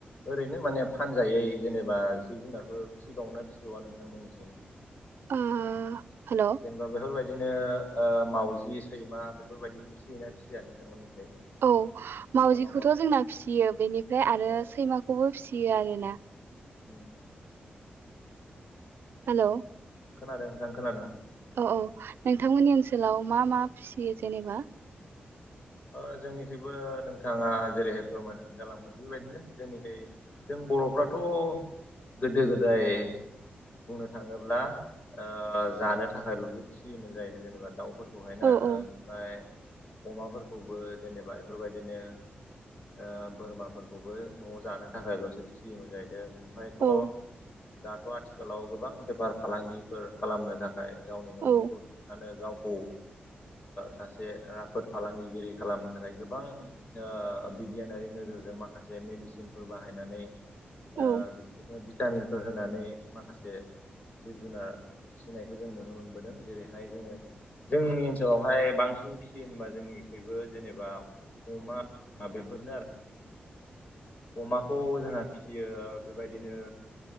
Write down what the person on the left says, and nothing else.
ओरैनो माने फानजायै जेनेबा जिब-जुनारफोर फिसिबावनो फिसिबावा नोंथांमोननिसिम?
जेनेबा बेफोरबायदिनो ओ मावजि, सैमा बेफोरबायदि फिसियोना फिसिया नोंथांमोननिखै?
न'खर
न'खर
औ
उम।
खोनादों नोंथां खोनादों
ओ जोंनिखैबो नोंथाङा जेरैहाय फोरमायनानै जालांबाय बेबायदिनो जोंनिखै जों बर'फ्राथ' गोदो गोदाय बुंनो थाङोब्ला ओ जानो थाखायल'सो फिसियोमोन जाहै जेनेबा दाउफोरखौ खौहायना
ओमफ्राय अमाफोरखौबो जेनेबा बेफोरबायदिनो ओ बोरमाफोरखौबो न'आव जानो थाखायल'सो फिसियोमोन जाहैदों ओमफ्रायथ'
दाथ' आथिखालाव गोबां बेफार फालांगिफोर खालामनो थाखाय थाखाय गावनि न'खरखौथानो
गावखौ सासे राफोद फालांगि रि खालामनो थाखाय गोबां ओ बिगियानारि नोजोरजों माखासे मेडिसिनफोर बाहायनानै ओ
बिदिनो भिटामिनफोर होनानै माखासे जिब जुनार फिसिनायखौ जों नुनो मोनबोदों जेरैहाय जोङो जोंनि ओनसोलावहाय बांसिन फिसियो होनबा जोंनि बेबो जेनेबा अमा ना बेफोरनो आरो अमाखौ जोंहा फिसियो बेबायदिनो